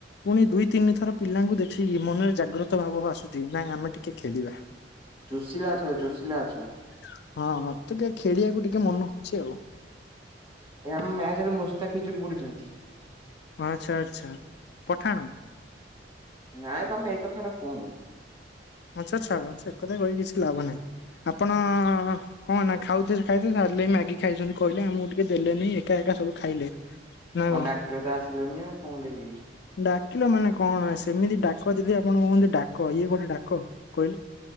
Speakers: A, on the left (about 65°); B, on the right (about 30°).
A: ପୁଣି ଦୁଇ ତିନି ଥର ପିଲାଙ୍କୁ ଦେଖିକି ମନରେ ଜାଗ୍ରତ ଭାବ କ ଆସୁଛି ନାଇଁ ଆମେ ଟିକେ ଖେଳିବା।
B: ଜୋସିଲା ଅଛ
A: <inaudible>
B: ଜୋସିଲା ଅଛ।
A: ହଁ ହଁ ମତେ ଖେଳିବାକୁ ଟି ଟିକେ ମନ ହଉଚି ଆଉ
B: ଆପଣ ମ୍ୟାଚରେ ମୁସ୍ତାଫିଜୁର ପଡୁଛନ୍ତି।
A: ଆଚ୍ଛା ଆଛା ପଠାଣ।
B: ନାଇଁ ତମେ ଏଇ କଥାରା କୁହନି।
A: ଆଛାଛାଡ଼ ସେକଥା କହି କିଛି ଲାଭ ନାହିଁ ଆପଣ କଣ ନା ଖାଉଥେ ଖାଇ ସାରିଲେ ମ୍ୟାଗି ଖାଇଛନ୍ତି କହିଲେ ଆମକୁ ଟିକେ କି ଦେଲେନି ଏକା ଏକା ସବୁ ଖାଇଲେ ନା କଣ।
B: ଡାକିଲ ତ ଆସିଲନି ଆଉ କଣ ଦେବି।
A: ଡାକିଲ ମାନେ କଣ ସେମିତି ଡାକ ଯଦି ଆପଣ କୁହନ୍ତି ଡାକ ଇଏ ଗୋଟେ ଡାକ କହିଲେ।